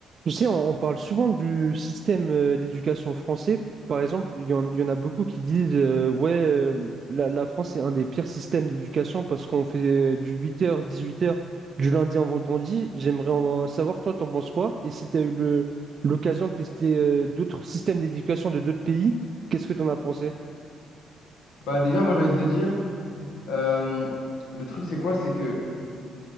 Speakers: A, on the right; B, on the left.
A: Tu sais, on, on parle souvent du système euh, d'éducation français. Par exemple, il y en, il y en a beaucoup qui disent euh, ouais, euh, le- la, la France est un des pires systèmes d'éducation parce qu'on fait euh, du huit heures, dix-huit heures, du lundi au vendredi. J'aimerais en savoir, toi, t'en penses quoi? Et si tu as eu le- l'occasion de tester euh, d'autres systèmes d'éducation de d'autres pays, qu'est-ce que t'en as pensé?
B: Bah déjà, moi j'ai envie de te dire, euh, le truc c'est quoi? C'est que